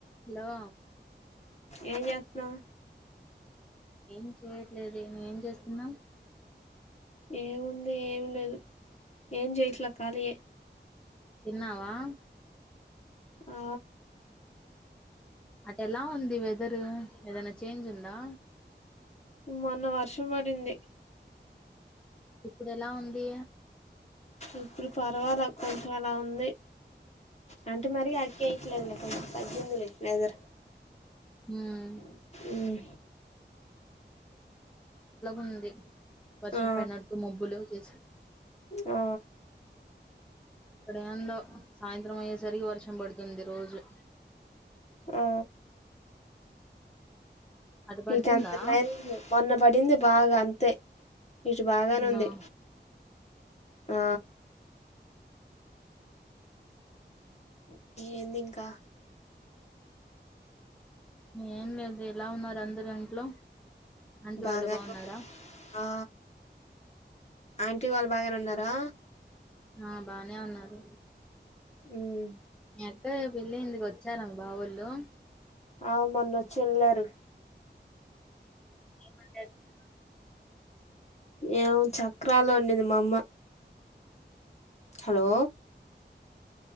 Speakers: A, in the centre; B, on the left.
A: Hello
B: ఏం జేత్నావ్
A: ఏం చేయట్లేదే నువ్ ఏం చేస్తున్నావ్
B: ఏముంది ఏం లేదు ఏం జేయట్ల కాలీయే
A: తిన్నావా?
B: ఆ
A: అటు ఎలా ఉంది వెదరు, ఏదన్నా చేంజ్ ఉందా?
B: మొన్న వర్షం పడింది.
A: ఇప్పుడు ఎలా ఉంది?
B: ఇప్పుడు పర్వాలా కొంచెం అలా ఉంది అంటే మరి అడికేయిట్లేదు తగ్గిందిలే వెదర్
A: ఉమ్
B: ఉమ్
A: ఉంది వర్షం
B: ఆ
A: పడినట్టు మబ్బులు చేసి
B: ఆ
A: ఇక్కడ ఏందో సాయంత్రం అయ్యేసరికి వర్షం పడుతుంది రోజు.
B: ఆ
A: అటు పడుతుందా
B: ఇట అంత లేదులే మొన్న బడింది బాగా అంతే ఇటు బాగానే
A: అవునా
B: ఉంది, ఆ ఏంది ఇంకా?
A: ఏం లేదువే ఎలా మీరు ఎలా ఉన్నారు అందరు ఇంట్లో, ఆంటీ
B: బాగానే
A: వాళ్ళు బాగున్నారా?
B: ఆ ఆంటీ వాళ్ళు బాగనే ఉన్నారా?
A: ఆ బానే ఉన్నారు.
B: ఉమ్
A: మీ అక్క పెళ్ళి అయిందిగా వచ్చార మీ బావోళ్ళు
B: ఆ మొన్న వచ్చి ఎళ్ళారు
A: ఏమంటారు మీరు
B: ఏమో చక్రాలు వండింది మా అమ్మ, హలో